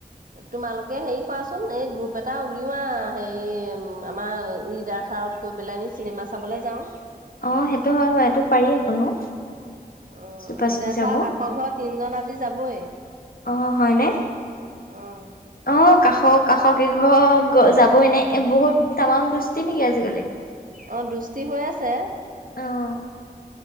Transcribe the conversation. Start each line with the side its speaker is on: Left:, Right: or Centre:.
Right: তোমালোকে হেৰি কৰাচোন এই গ্ৰুপ পেটা উলিওৱা হেৰি আমাৰ লিডাৰ চাৰক কৈ পেলাইনি চিনেমা চাবলৈ যাও
Left: অ সেইটো হয় বাৰু এইটো পাৰি আকৌ ন
Right: অ
Left: চুপা
Right: নিদাচাৰ
Left: চুপি চাব
Right: কাষৰ ঘৰ তিনজন আজি যাবই
Left: অ হয়নে
Right: অঁ
Left: অ কাষৰ কাষ কেইঘৰ যাবই ন এ বহুত তামাম দুস্তি নেকি আজিকালি
Right: অ', দুষ্টি হৈ আছে,
Left: অ'